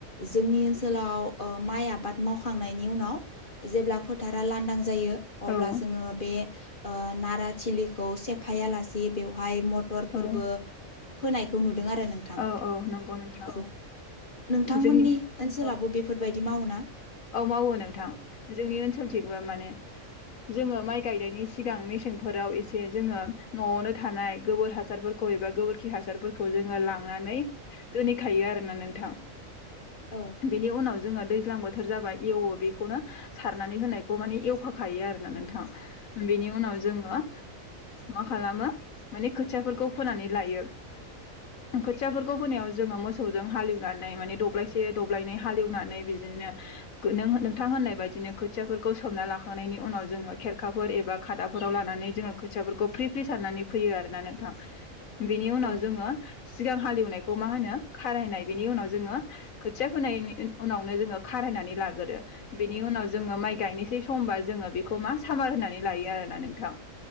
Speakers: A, on the left (about 40°); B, on the left (about 80°).
A: जोंनि ओनसोलाव ओ। माइ आबाद मावखांनायनि उनाव जेब्ला फोथारा लांदां जायो
B: औ
A: अब्ला जोङो बे। ओ नाराथिलिखौ सेफायालासि बेवहाय मटरफोरबो।
B: औ
A: फोनायखौ नुद--। दों आरो नोंथां
B: औ औ नंगौ नोंथां
A: औ नोंथांमोननि
B: जोंनि
A: ओनसोलावबो
B: औ
A: बेफोर। बिदि मावोना।
B: औ मावो नोंथां जोंनि ओनसोलथिंबो माने। जोङो माइ गायनायनि सिगां मेसेंफोराव इसे जोङो न'आवनो थानाय गोबोर हासारफोरखौ। बबेबा गोबोरखि हासारफोरखौ जोङो लांनानै दोनहैखायो आरोना नोंथां।
A: औ
B: बेनि उनाव जोङो दैज्लां बोथ--। बोथोर जाबा एवो बेखौनो सारनानै होनायखौ माने एवफाखायो आरोना नोंथां बेनि उनाव। जोंङो मा खालामो माने खोथियाफोरखौ फोनानै लायो। खोथियाफोरखौ फोनायाव जोङो मोसौजों हालेवनानै माने दब्लायसे दब्लायनै हालेवनानै बिदिनो। गो नों नोंथां होननाय बायदिनो खोथियाफोरखौ सोमना लाखांनायनि उनाव जोङो खेरखाफोर एबा खादाफ--। फोराव लानानै जोङो खोथियाफोरखौ फ्रि फ्रि सारनानै फैयो आरोना नोंथां। बेनि उनाव
A: औ
B: जोङो सिगां हालिवो। नाय खौ मा होनो खारायनाय बिनि उनाव जोङो खोथि फोनायनि उनावनो जों। खारायनानै लागोरो बेनि उनाव जोंङो माइ गायनोसै समबा जोङो बेखौ मा सामार होनानै लायो आरो। ना नोंथां।